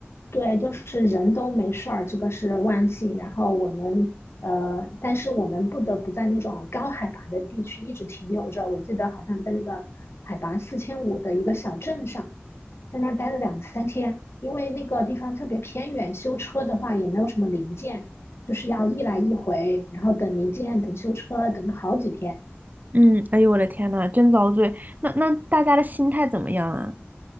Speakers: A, on the left; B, on the right.
A: 对，就是人都没事儿，这个是万幸。然后我们呃，但是我们不得不在那种高海拔的地区一直停留着。我记得好像在那个海拔四千五的一个小镇上，在那儿待了两三天，因为那个地方特别偏远，修车的话也没有什么零件，就是要一来一回，然后等零件、等修车，等了好几天。
B: 嗯，哎呦我的天呐，真遭罪。那那大家的心态怎么样啊？